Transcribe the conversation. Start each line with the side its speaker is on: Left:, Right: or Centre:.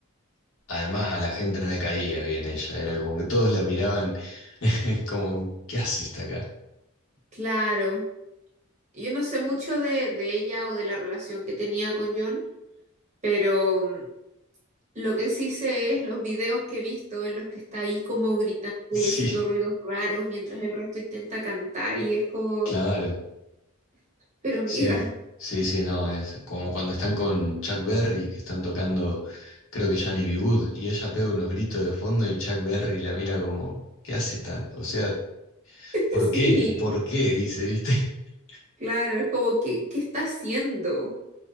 Left: Además a la gente no le caía bien ella, era como que todos la miraban <laughs> como, ¿qué haces acá?
Right: claro, yo no sé mucho de, de ella o de la relación que tenía con John, pero mm, lo que sí sé es los videos que he visto en los que está ahí como gritando
Left: Sí,
Right: y haciendo ruidos raros mientras el resto intenta cantar y es como,
Left: claro.
Right: pero amiga,
Left: Sí, sí, sí, no, es como cuando están con Chuck Berry, que están tocando, creo que Johnny B. Good, y ella pega unos gritos de fondo y Chuck Berry la mira como, ¿qué hace esta? O sea,
Right: <laughs>
Left: ¿por qué?
Right: sí,
Left: ¿Por qué? Dice, ¿viste? <laughs>
Right: claro, es como, ¿qué, qué está haciendo?